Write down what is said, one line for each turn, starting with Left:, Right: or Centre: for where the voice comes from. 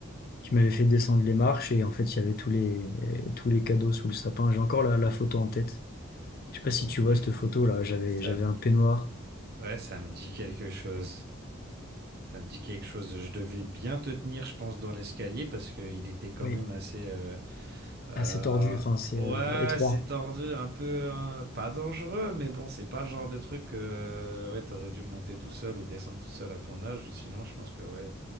Left: tu m'avais fait descendre les marches, et en fait, il y avait tous les, tous les cadeaux sous le sapin. J'ai encore la, la photo en tête. Je sais
Right: Trop
Left: pas si
Right: mignon.
Left: tu vois cette photo, là. J'avais,
Right: Ça,
Left: j'avais un peignoir.
Right: Ouais, ça me dit quelque chose. Ça me dit quelque chose. Je devais bien te tenir, je pense, dans l'escalier parce qu'il était quand
Left: Oui.
Right: même assez. euh, euh,
Left: assez tordu, enfin c'est
Right: ouais,
Left: euh, étroit.
Right: c'est tordu, un peu. hein, pas dangereux, mais bon, c'est pas le genre de truc que ouais, t'aurais dû monter tout seul ou descendre tout seul à ton âge. Ou sinon, je pense que ouais,